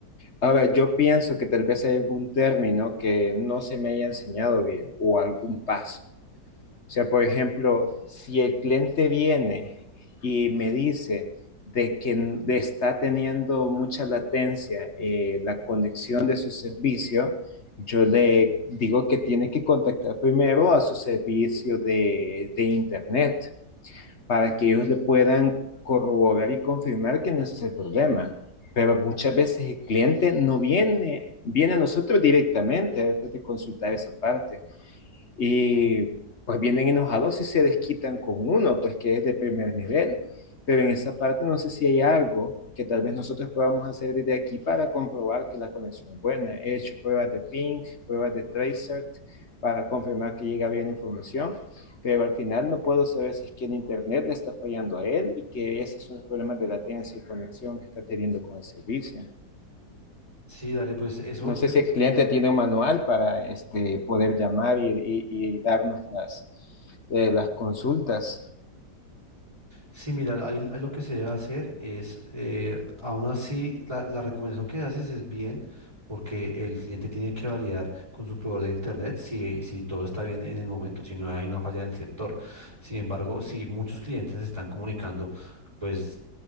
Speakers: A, on the left; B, on the right.
A: A ver, yo pienso que tal vez hay algún término que no se me haya enseñado bien o algún paso. O sea, por ejemplo, si el cliente viene y me dice de que n- de está teniendo mucha latencia eh, la conexión de su servicio, yo le digo que tiene que contactar primero a su servicio de, de internet para que ellos le puedan corroborar y confirmar que no ese es ese el problema. Pero muchas veces el cliente no viene, viene a nosotros directamente antes de consultar esa parte. Y pues vienen enojados y se desquitan con uno, pues que es de primer nivel. Pero en esa parte no sé si hay algo que tal vez nosotros podamos hacer desde aquí para comprobar que la conexión es buena. He hecho pruebas de ping, pruebas de tracer para confirmar que llega bien la información, pero al final no puedo saber si es que el internet le está fallando a él y que esos son los problemas de latencia y conexión que está teniendo con el servicio.
B: Sí, dale, pues eso,
A: No sé
B: eso
A: si el cliente tiene un manual para este, poder llamar y, y- y darnos las, eh, las consultas.
B: Sí, mira, ahí, ahí lo que se debe hacer es, eh, aún así, la, la recomendación que haces es bien, porque el cliente tiene que validar con su proveedor de internet si, si todo está bien en el momento, si no hay una falla en el sector. Sin embargo, si muchos clientes se están comunicando, pues